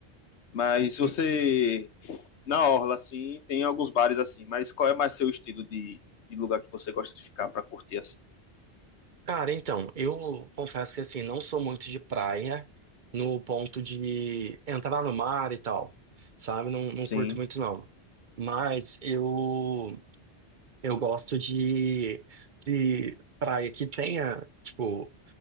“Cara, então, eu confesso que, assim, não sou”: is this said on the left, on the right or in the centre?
Right